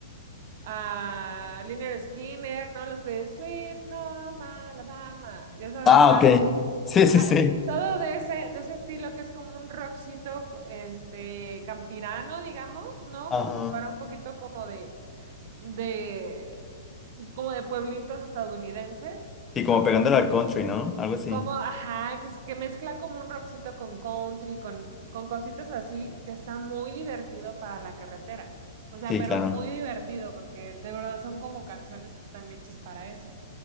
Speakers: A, on the right; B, on the left.
A: a Lynyrd Skinner, ¿no? Los de Sweet Home Alabama, ya sabes
B: Ah, ok. Sí,
A: Ajá,
B: sí, sí.
A: eh, todo de ese, de ese estilo que es como un rockcito, co- este, campirano, digamos, ¿no?
B: Ajá.
A: Como si fuera un poquito como de, de, como de pueblitos estadounidenses,
B: Sí,
A: ¿no?
B: como pegándole al country, ¿no? Algo así.
A: Como, ajá, que, es- que mezcla como un rockcito con country, con, con cositas así, que está muy divertido para la carretera. O sea,
B: Sí,
A: pero
B: claro.
A: muy divertido, porque de verdad son como canciones que están hechas para eso.